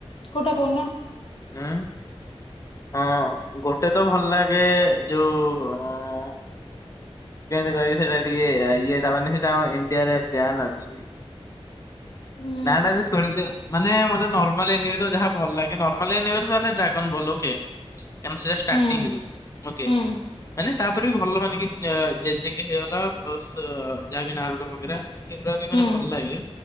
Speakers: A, on the left; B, on the left.
A: କୋଉଟା କୋହୁନ?
B: ହୁଁ ହଁ ଗୋ ଗୋଟେ ତ ଭଲ ଲାଗେ ଯୋଉ ଅ <inaudible> କେମତି କହିବି ସେଇଟା ଟିକେ ଇଏଟା ମାନେ ସେଟା ଇଣ୍ଡିଆରେ ବ୍ୟାନ ଅଛି।
A: ଉଁ
B: ନା ଟା ବି ଶୁଣି ଥିବେ ମାନେ ମତ ନର୍ମାଲ ଏନିବେ ଯାହା ଭଲ ଲାଗେ ନର୍ମାଲନ ଏନିବେ ହେଲେ ଡ୍ରାଗନ୍ ଭଲ ଓକେ। ମାମ୍ ସେଟା ଷ୍ଟାର୍ଟିଙ୍ଗ
A: ହୁଁ
B: ରୁ ଓକେ
A: ହୁଁ
B: ମାନେ ତାପରେ ବି ଭଲ ମାନେ କି ଜେଜେକେ ହେଇଗଲା ପ୍ଲସ୍ ଯାହାବି ନାରଟ ପକେଇରା। ଏଗୁଡା ବି
A: ହୁଁ।
B: ମାନେ ଭଲ ଲାଗେ।